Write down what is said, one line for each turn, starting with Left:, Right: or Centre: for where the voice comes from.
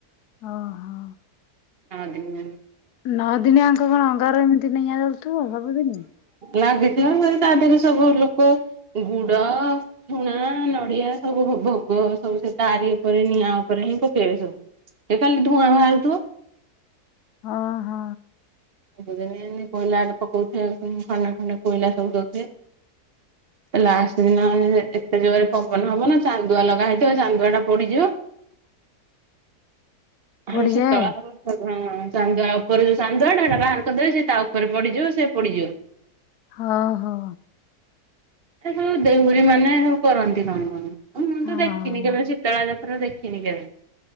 Left: ଓ ହୋ।
Right: ନଅ ଦିନ ଯାଙ୍କେ
Left: ନଅ ଦିନ ଯାଙ୍କ କଣ ଅଙ୍ଗାର ଏମିତି ନିଆଁ ଜଳୁଥିବ ସବୁଦିନ?
Right: ଲାଗିଥିଲା ମ ତା ଦେହରେ ସବୁ ଲୋକ ଗୁଡ, ଝୁଣା, ନଡିଆ ସବୁ ପ୍ ଭୋଗ ସବୁ ସେ ତାରି ଉପରେ ନିଆଁ ଉପରେ ହିଁ ପକେଇବେ ସବୁ। ସେ ଖାଲି ଧୁଆଁ ବାହାରୁ ଥିବ।
Left: ଅ ହ।
Right: ସବୁଦିନେ କୋଇଲାରେ ପକଉଥିବେ ଖଣ୍ଡେ ଖଣ୍ଡେ କୋଇଲା ସବୁ ଦଉଥିବେ। ଲାଷ୍ଟ ଦିନ ଏତେ ଜୋରେ ପବନ ହବ ନା ଚାନ୍ଦୁଆ ଲଗା ହେଇଥିବ ଚାନ୍ଦୁଆ ଟା ପଡିଯିବ।
Left: ପୋଡିଯାଏ
Right: ହଁ ଶୀତଳା ନବମୀ ହଁ ଚାନ୍ଦୁଆ ଉପରେ ଚାନ୍ଦୁଆ ଟା ବାହାର କରିଦେବେ, ସେ ତା ଉପରେ ପଡିଯିବ ସେ ପଡିଯିବ।
Left: ହଁ ହଁ।
Right: ଏ ସବୁ ଡେହୁରୀ ମାନେ କରନ୍ତି କଣ କଣ ମୁଁ
Left: ହଁ।
Right: ତ ଦେଖିନି କେବେ ଶୀତଳା ପୁରା ଦେଖିନି କେବେ।